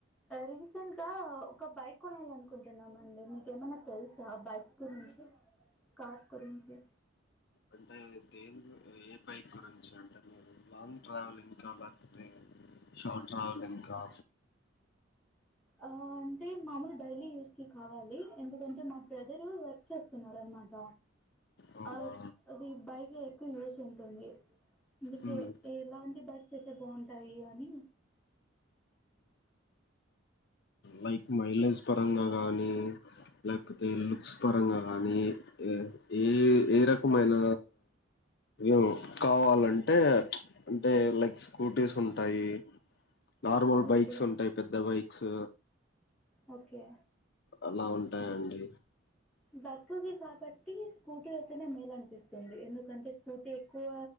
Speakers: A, in the centre; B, on the left.
A: రీసెంట్గా ఒక బైక్ కొనాలి అనుకుంటున్నామ అండి మీకు ఏమైన్నా తెలుసా బైక్స్ గురించి కార్స్ గురించి
B: అంటే దేని ఏ బైక్ గురించి అంటే మీరు లాంగ్ ట్రావెలింగ్కా లేకపోతే షార్ట్ ట్రావెలింగ్కా
A: ఆ అంటే మామూలు డైలీ యూస్ కి కావాలి ఎందుకంటే మా బ్రదరు వర్క్ చేస్తున్నారు అనమాట
B: అవునా
A: ఆ అది బైక్ ఎక్కువ యూస్ ఉంటుంది అందుకే
B: మ్మ్
A: ఎలాంటి బైక్స్ అయితే బాగుంటాయి అని
B: బైక్ మైలేజ్ పరంగా గానీ లేకపోతే లుక్స్ పరంగా కానీ ఏ ఏ ఏ రకమైన ఏం కావాలంటే అంటే లైక్ స్కూటీస్ ఉంటాయి నార్మల్
A: ఓకే
B: బైక్స్ ఉంటాయి పెద్ద బైక్ క్స్
A: ఓకే
B: అలా ఉంటాయంండి
A: బర్క్ది కాబట్టి స్కూటీ అయితేనే మేలు అనిపిస్తుంది ఎందుకంటే స్కూటీ ఎక్కువ